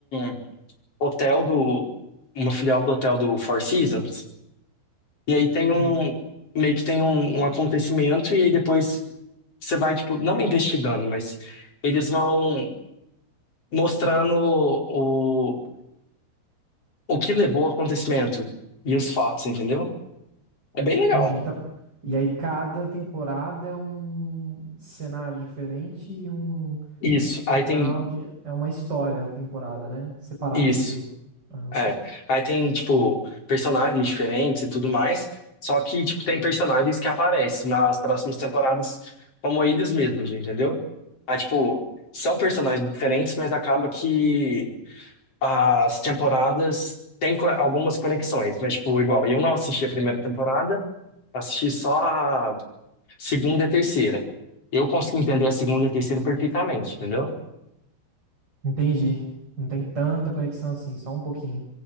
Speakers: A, on the left; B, on the right.
A: um hotel do, uma filial do hotel do Four Seasons. E aí tem um,
B: Hum,
A: meio que tem um, um acontecimento e aí depois você vai, tipo, não investigando, mas eles vão mostrando o, o que levou ao acontecimento e os fatos, entendeu? É bem legal.
B: Entendi. Então, e aí cada temporada é um cenário diferente e um
A: Isso.
B: final
A: Aí tem
B: de... É uma história a temporada, né? Separada
A: isso.
B: das outras. Ah,
A: É,
B: tá.
A: aí tem, tipo, personagens diferentes e tudo mais, só que, tipo, tem personagens que aparecem nas próximas temporadas como eles mesmos, entendeu? Aí, tipo, são personagens diferentes, mas acaba que as temporadas têm co- algumas conexões, mas, tipo, igual, eu não assisti a primeira temporada, assisti só a segunda e a terceira. Eu consegui entender a segunda e a terceira perfeitamente, entendeu?
B: Entendi. Não tem tanta conexão assim, só um pouquinho.